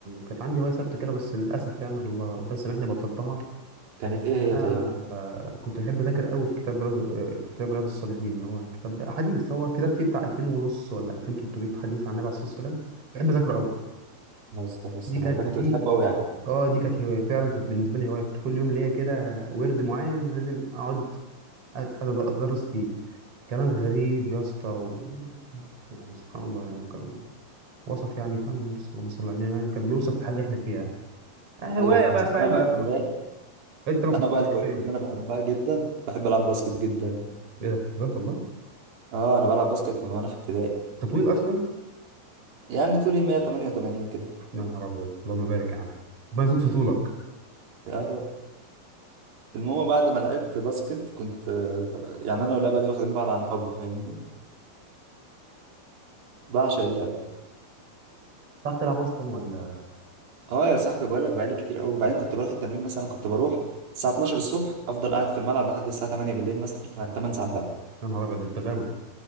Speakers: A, on the right (about 35°); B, on the right (about 65°).
A: كانت عندي هوايه ثابته كده بس للاسف يعني الله ربنا يسامحني بطلتها
B: كانت ايه هي
A: انا
B: طيب
A: كنت بحب اذاكر قوي في كتاب رياض آه، في كتاب رياض الصالحين اللي هو كتاب حديث هو كتاب فيه بتاع 2000 ونص ولا 2300 حديث عن النبي عليه الصلاه والسلام بحب اذاكره قوي
B: عليه الصلاة والسلام
A: دي كانت
B: ده
A: دي
B: كنت بتحبه قوي يعني
A: اه دي كانت هوايه فعلا كانت بالنسبه لي هوايه كنت كل يوم ليا كده ورد معين لازم اقعد أت- اتدرس فيه كلام غريب يا اسطى و... يعني سبحان الله يعني كان وصف يعني فاهم اللهم صل على النبي يعني كان بيوصف الحاله اللي احنا فيها يعني
B: ايوه
A: هوايه
B: فاهم
A: بقى فاهم
B: انا بقى
A: كده
B: الهوايات
A: انت ما كنتش
B: انا بقى الهوايات
A: بتحب ايه
B: اللي انا بحبها جدا بحب العب باسكت جدا
A: إيه ده بجد والله
B: اه انا بلعب باسكت من وانا في ابتدائي
A: تطويل اصلا
B: يعني طولي 188 كده
A: يا نهار ابيض اللهم بارك يا عم ربنا يزود في طولك
B: يا رب المهم بعد ما لعبت باسكت كنت آه، يعني انا واللعبه دي واخدين بعض عن حب فاهمني بعشق اللعب
A: بتعرف تلعب اصلا ولا
B: اه يا صاحبي بقول لك بقالي كتير قوي وبعدين كنت بروح التمرين مثلا كنت بروح الساعه 12 الصبح افضل قاعد في الملعب لحد الساعه 8 بالليل مثلا 8 ساعات بلعب
A: يا نهار ابيض ده انت غاوي